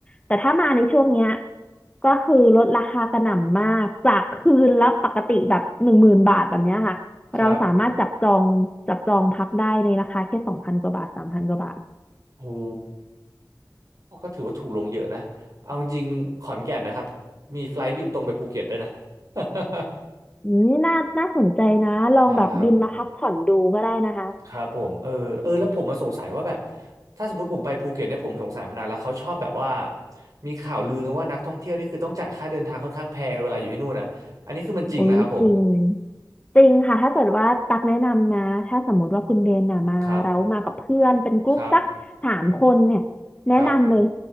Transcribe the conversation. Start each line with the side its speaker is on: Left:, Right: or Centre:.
Left: แต่ถ้ามาในช่วงเนี้ยก็คือลดราคากระหน่ำมากจากคืนละปกติแบบหนึ่งหมื่นบาทแบบเนี้ยค่ะเราสามารถจับจองจับจองพักได้ในราคาแค่สองพันกว่าบาทสามพันกว่าบาท
Right: ครับหู ก็ถือว่าถูกลงเยอะนะเอาจริงขอนแก่นนะครับมีไฟลท์บินตรงไปภูเก็ตด้วยนะ <laughs>
Left: อืมน่าน่าสนใจนะลองแบบบินมาพักผ่อนดูก็ได้นะคะ
Right: ใช่ครับครับผมเออเออแล้วผมมาสงสัยว่าแบบถ้าสมมติผมไปภูเก็ตเนี่ยผมสงสัยมานานแล้วเขาชอบแบบว่ามีข่าวลือกันว่านักท่องเที่ยวนี่คือต้องจ่ายค่าเดินทางค่อนข้างแพงเวลาอยู่ที่นู่นอ่ะอันนี้คือมันจริงไหมครับผม
Left: อุ้ยจริงจริงค่ะถ้าเกิดว่าตักแนะนำนะถ้าสมมติว่าคุณเบนน่ะมาเรามากับเพื่อนเป็นกรุ๊ปสักสามคนเนี่ยแนะนำเลย
Right: ครับครับครับ